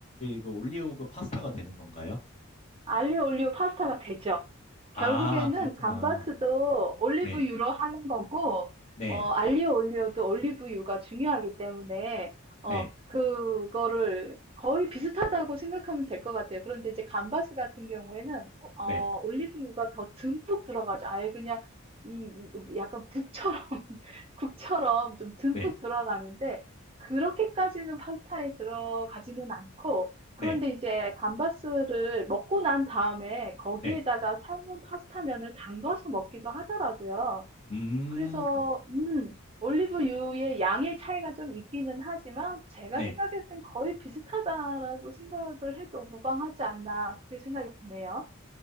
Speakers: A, on the left (about 30°); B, on the right (about 25°).
A: 그 올리오 그 파스타가 되는 건가요?
B: 알리오 올리오 파스타가 되죠.
A: 아,
B: 결국에는
A: 그렇구나.
B: 감바스도 올리브유로
A: 네,
B: 하는 거고,
A: 네,
B: 어, 알리오 올리오도 올리브유가 중요하기 때문에, 어,
A: 네,
B: 그거를 거의 비슷하다고 생각하면 될 것 같아요. 그런데 이제 감바스 같은 경우에는, 어,
A: 네,
B: 올리브유가 더 듬뿍 들어가죠. 아예 그냥, 이, 이 약간 국처럼, <laughs> 국처럼 좀 듬뿍
A: 네,
B: 들어가는데, 그렇게까지는 파스타에 들어가지는 않고, 그런데
A: 네,
B: 이제 감바스를 먹고 난 다음에 거기에다가
A: 네.
B: 삶은 파스타면을 담가서 먹기도 하더라고요.
A: 음,
B: 그래서 음, 올리브유의 양의 차이가 좀 있기는 하지만 제가
A: 네.
B: 생각했을 땐 거의 비슷하다라고 생각을 해도 무방하지 않나 그렇게 생각이 드네요.